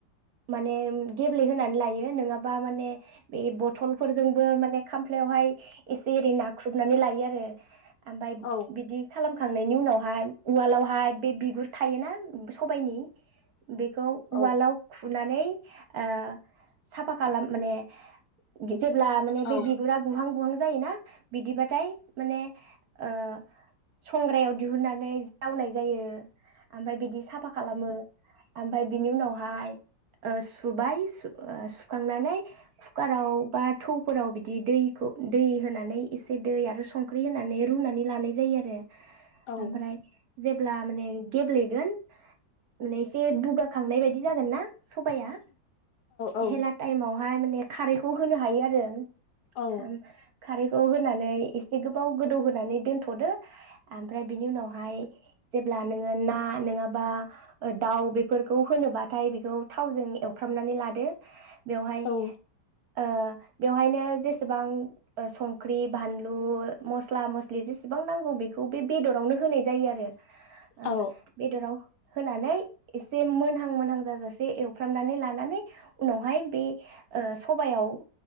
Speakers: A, on the right (about 65°); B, on the left (about 70°).
A: माने गेब्लेहोनानै लायो नङाबा माने बे बथलफोर जोंबो माने खामफ्लायावहाय एसे एरै नाख्रुबनानै लायो आरो। ओमफाय
B: औ
A: बिदि खालामखांनायनि उनावहाय उवालावहाय बे बिगुर थायोना सबायाइनि बेखौ उवलााव
B: औ
A: खु फुनानै ओ साफा खालाम माने जेब्ला माने
B: औ
A: बे बिगुरा गुहां गुहां जायोना बिदिबाथाय माने ओ संग्रायाव दिहुननानै जावनाय जायो ओमफाय बिदि साफा खालामो ओमफाय बिनि उनावहाय ओ सुबाय‌ सु ओ सुखांनानै कुकाराव बा थौफोराव बिदि दैखौ दै होनानै एसे दै आरो संख्रि होनानै रुनानै लानाय जायो आरो।
B: औ
A: ओमफ्राय जेब्ला माने गेब्लेगोन माने एसे बुगाखांनाय बाय दि जागोन ना सबाइया?
B: औ
A: हेला टाइमाव बाय माने खारैखौ होनो हायो आरो
B: औ
A: खारैखौ होनानै एसे गो बाव गोदौ होनानै दोनथ'दो ओमफ्राय बिनि उनावहाय जेब्ला नोङो ना नङाबा ओ दाउ बेफोरखौ होनोबाथाय बेखौ थावजों एवफ्रामनानै लादो। बेवहाय
B: औ
A: ओ बेवहायनो जेसेबां ओ संख्रि बानलु मस्ला मस्लि जेसेबां नांगौ बेखौ बे बेदरावनो होनाय जायो आरो।
B: औ
A: ओमफ बेदराव होनानै एसे मोनहां मोनहां जाजासे एवफ्रामनानै लानानै उनावहाय बे ओ सबायाव ओ